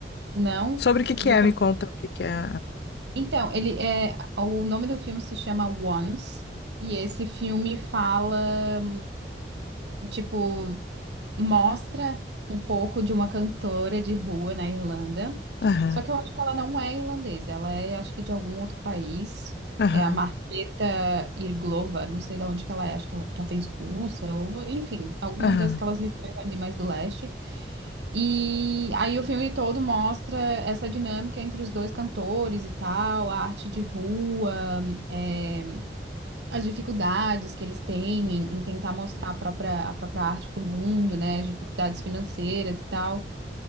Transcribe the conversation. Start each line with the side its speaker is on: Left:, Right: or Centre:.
Right: Não?
Left: Sobre o que que
Right: Deixa
Left: é, me
Right: eu-
Left: conta o que que é.
Right: Então, ele é. O nome do filme se chama Once. E esse filme fala, tipo, mostra um pouco de uma cantora de rua na Irlanda.
Left: Aham,
Right: Só que eu acho que ela não é irlandesa, ela é, acho que de algum outro país.
Left: aham,
Right: É a Marketa Irglova, não sei de onde que ela é, acho que ela talvez russa, ou enfim, alguma
Left: aham,
Right: daquelas regiões ali mais do leste. E aí o filme todo mostra essa dinâmica entre os dois cantores e tal, a arte de rua, é, as dificuldades que eles têm em, em tentar mostrar a própria, a própria arte para o mundo, né? As dificuldades financeiras e tal.